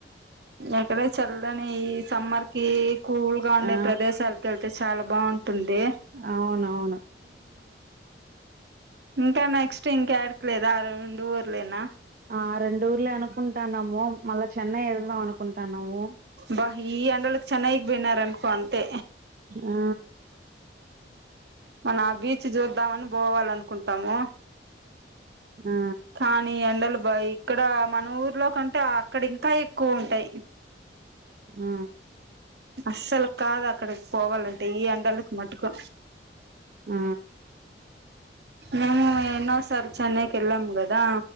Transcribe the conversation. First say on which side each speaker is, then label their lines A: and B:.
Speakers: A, on the right; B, on the right.
A: ఎక్కడే చల్దని ఈ సమ్మర్ కి కూల్గా ఉండే
B: ఆ
A: ప్రదేశాలకు వెళ్తే చాలా బాగుంటుంది
B: అవునవును
A: ఇంకా నెక్స్ట్ ఇంకాడలేదు అ ఇ ఊర్లేనా
B: ఆ రెం ూర్లే అనుకుంటాన్నాము మళ్ళా చెన్నై వెళ్దాం అనుకుంటాన్నాము
A: బా ఈ ఎండలకి చన వినర్ అనుకోంతే
B: ఆ
A: మనం ఆ బీచ్ చూద్దామని పోవాల అనుకుంటాము
B: ఆ
A: కానీ ఎండలు ఇక్కడ మన ఊర్లో కంటే అక్కడ ఇంకా ఎక్కువ ఉంటాయి
B: ఆ
A: అస్సలు కాదు అక్కడికి పోవాలంటే ఈ ఎండలకి మటుకు
B: ఆ
A: మేము చెన్నైకి ఎన్నో సార్లు వెళ్లాం కదా